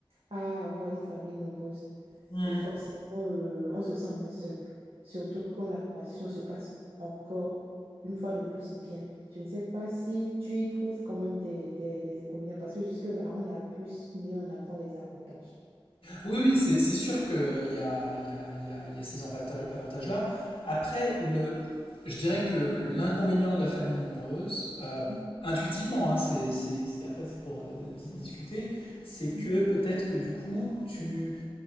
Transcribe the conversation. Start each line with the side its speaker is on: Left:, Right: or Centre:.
Right: à avoir une famille nombreuse.
Left: Mmh.
Right: Et forcément, euh, on se sent moins seul. Surtout quand la relation se passe encore une fois de plus bien. Je ne sais pas si tu y trouves quand même des, des, des inconvénients parce que jusque-là, on a plus mis en avant les avantages.
Left: Oui, oui, c'est c'est sûr qu'il y a, il y a- il y a- il y a ces avanta- avantages-là. Après, le, je dirais que l'inconvénient de la famille nombreuse, euh,
Right: Mhm,
Left: intuitivement, hein, c'est, c'est- c'est- après c'est pour euh, di- discuter, c'est que
Right: mhm,
Left: peut-être que du coup, tu,